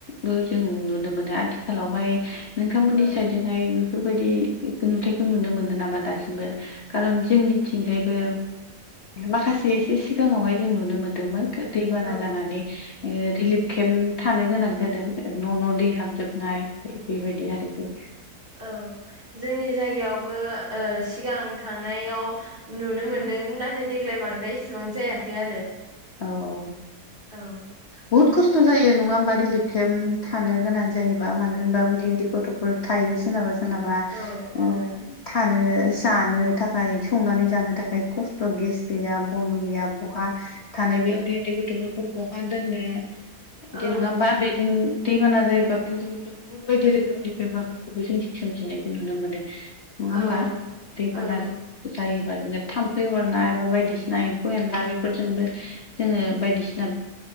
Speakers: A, on the left; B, on the right.
A: बो जों नुनो मोनो आथिखालावहाय नोंथांमोननि
B: औ
A: साइदजोंहाय बेफोरबायाददि नुथायखौ नुनो मोनो नामा दासिमबो खारन जोंनिथिंगायबो माखासे एसे सिगाङावहाय जों नुनो मोन्दोंमोन दैबाना
B: औ
A: जानानै रिलिफ केम्प थानो गोनां जादों न' न' दै हाबजोबनाय बेबायदि आरोखि
B: औ जोंनि जायगायावबो सिगां थांनायाव नुनो मोनदों नाथाय देग्लाय बांद्राय एसेबां जायाखै आरो
A: औ औ
B: औ
A: बुहुत खस्थ' जायो नङा होमबा रिलिफ केम्प थानो गोनां जायोबा मानो होनबा उन्दै उन्दै गथ' फोर थायो सोरनाबा सोरनाबा ओ
B: औ औ
A: थानो जानो थाखाय संनानै जानो थाखाय खस्थ' गेस गैया बन गैया बहा थानाय बे उन्दै उन्दै गथ'फोरखौ बहा दोननो बिदि
B: औ
A: नङा होमबा बेजों दैबाना जायोबा बे लोगोसे बुहुत बायदि रोखोमनि बेमारफोरखौबो जों सोमजिनायखौ नुनो मोनो नङा
B: औ
A: होमबा दैफान
B: औ
A: जायोबा जोङो थाम्फै अरनाय एबा बायदिसिना एम्फौ एनला बेफोरजोंबो जोङो बायदिसिना